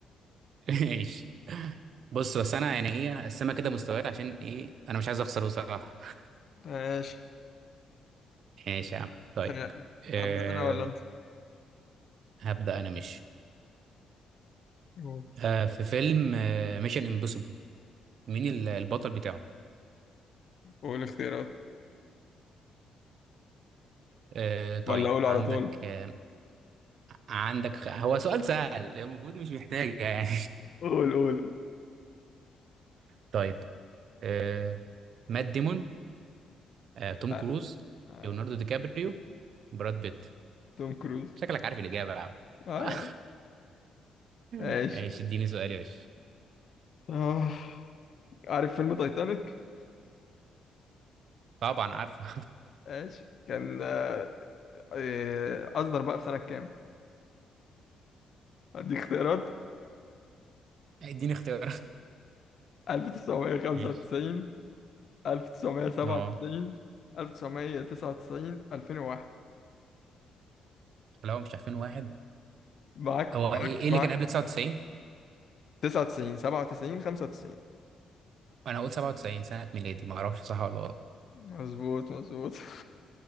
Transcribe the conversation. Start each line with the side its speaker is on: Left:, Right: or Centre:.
Right: <laughs> ماشي بص بس انا يعني ايه هقسمها كده مستويات عشان ايه انا مش عايز اخسر بصراحه <laughs>
Left: ماشي
Right: ماشي يا عم طيب
Left: آه،
Right: أم...
Left: ابدأ انا ولا انت
Right: هبدا انا مش
Left: قول
Right: أه في فيلم ميشن امبوسيبل مين ال- البطل بتاعه
Left: قول اختيارات
Right: أه طيب
Left: ولا اقول على
Right: عندك
Left: طول
Right: آه، عندك خ- هو سؤال سهل المفروض مش محتاجة يعني
Left: قول قول قول
Right: <laughs> طيب آه... مات ديمون آه... توم
Left: لا
Right: كروز
Left: لا آه،
Right: ليوناردو دي كابريو براد بيت
Left: توم كروز
Right: شكلك عارف الإجابة يا عم
Left: اه
Right: آه.
Left: يا عم
Right: <laughs>
Left: ماشي
Right: ماشي اديني سؤال يا باشا
Left: آه. عارف فيلم تايتانيك
Right: طبعا عارفه
Left: ماشي كان آه، آه، اصدر بقى في سنة كام اديك اختيارات
Right: <laughs> اديني اختيارات
Left: 1995
Right: ماشي
Left: 1997
Right: اه
Left: 1999 2001
Right: لو مش عارفين واحد
Left: معاك
Right: هو
Left: معاك
Right: ايه ايه
Left: معاك
Right: اللي كان قبل 99
Left: 99 97 95
Right: انا هقول 97 سنة ميلادي ما اعرفش صح ولا غلط
Left: مظبوط مظبوط <laughs>